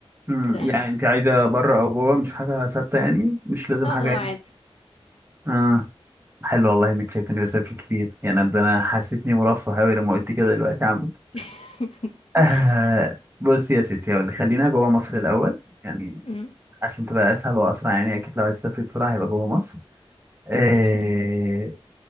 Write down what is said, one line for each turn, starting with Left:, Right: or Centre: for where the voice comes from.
Right: امم
Left: كده يعني
Right: يعني انت عايزه بره او جوه مش حاجه ثابته يعني مش لازم
Left: اه
Right: حاجه
Left: اه
Right: يعني
Left: عادي
Right: اه حلو والله انك شايفني بسافر كتير يعني ده انا حسيتني مرفه قوي لما قلت كده دلوقتي يا عم
Left: <laughs>
Right: <laughs> آه بص يا ستي هقول لك، خلينا جوه مصر الاول يعني
Left: امم
Right: عشان تبقى اسهل واسرع يعني اكيد لو عايز تسافر بسرعه هيبقى جوه مصر آه
Left: ماشي